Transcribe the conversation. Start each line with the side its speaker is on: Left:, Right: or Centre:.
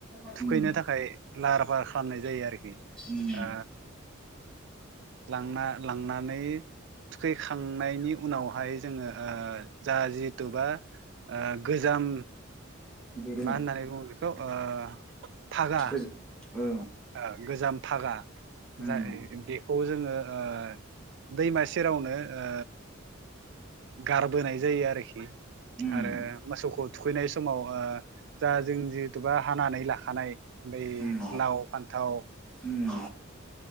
Centre: उम
Right: थुखैनो थाखाय लाहार-फाहार खालामनाय जायो आरोखि
Centre: उम
Right: ओ लांना लांनानै थुखैखांनायनि उनावहाय जोङो ओ जा जिहेथुुबा आ गोजाम
Centre: दिरुं
Right: मा होन्नानै बुङो बे खौ ओ फागा
Centre: गोजौ औ
Right: ओ गोजाम फागा
Centre: उम
Right: जा ओ दे खौ जोङो ओ दैमा सेरावनो ओ गारबोनाय जायो आरोखि
Centre: उम
Right: आरो मोसौखौ थुखैनाय समाव ओ दा जों जे एबा हानानै लाखानाय बै
Centre: उम
Right: लाव, फान्थाव ओ
Centre: उम